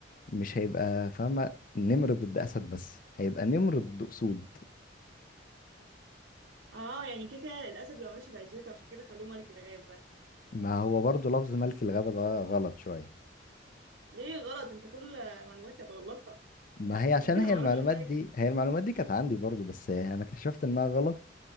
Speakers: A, on the left (about 45°); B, on the right (about 70°).
A: مش هيبقى فاهمة نمر ضد أسد بس هيبقى نمر ضد أسود
B: اه يعني كده كده الاسد بيبقى ماشي بعزوته عشان كده خلوه ملك الغابه
A: ما هو برضو لفظ ملك الغابة ده غلط شوية
B: ليه غلط انت كل معلوماتي هتغلطها
A: ما هي عشان
B: انا كده
A: هي
B: ما
A: المعلومات
B: اعرفش حاجه
A: دي هي المعلومات دي كانت عندي برضو بس أنا اكتشفت إنها غلط